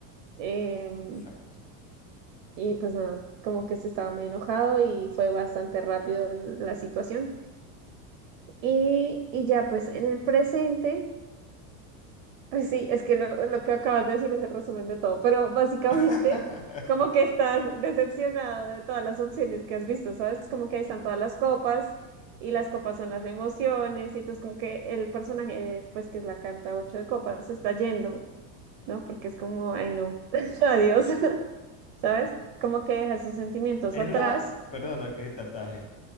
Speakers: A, on the right; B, on the left.
A: Em,
B: exacto.
A: y pues nada, como que se estaba muy enojado y fue bastante rápido la situación. Y, y ya pues en el presente, pues sí, es que lo, lo que acabas de decir es el resumen de todo, pero básicamente
B: <laughs>
A: como que estás decepcionado de todas las opciones que has visto, ¿sabes? Como que ahí están todas las copas. Y las copas son las emociones, y entonces como que el personaje, pues que es la carta ocho de copas, se está yendo ¿no? Porque es como, ay, no, <laughs> adiós, <laughs> ¿sabes? Como que deja esos sentimientos
B: Es
A: atrás.
B: la, perdona que te ataje,